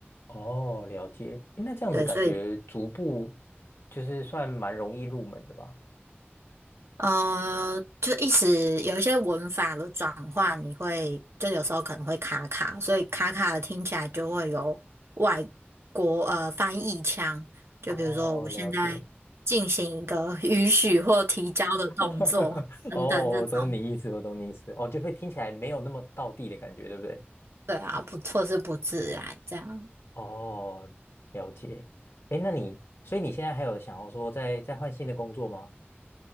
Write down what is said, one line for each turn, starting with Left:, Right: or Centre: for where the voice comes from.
Left: 哦，了解。诶那这样子感觉逐步
Right: 对，所以
Left: 就是算蛮容易入门的吧？
Right: 呃，就意思有一些文法的转换，你会就有时候可能会卡卡，所以卡卡的听起来就会有外国呃翻译腔。就比如说，
Left: 哦，
Right: 我现在进行一个
Left: 了解。
Right: <laughs> 允许或提交的动作等等这种，
Left: <laughs> 哦，我懂你意思，我懂你意思。哦，就会听起来没有那么道地的感觉，对不对？
Right: 对啊，不错是不自然这样。
Left: 哦，了解。哎，那你，所以你现在还有想要说再再换新的工作吗？